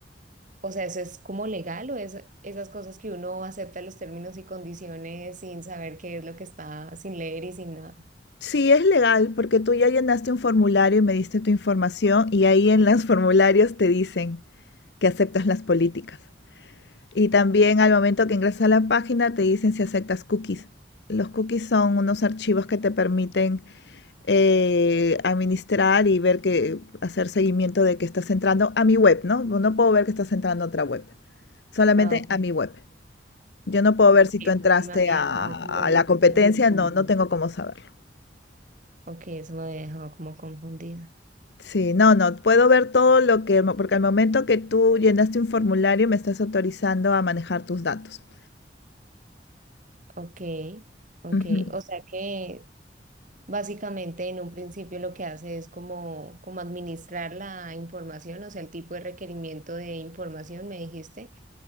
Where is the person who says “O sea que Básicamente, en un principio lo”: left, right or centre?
Right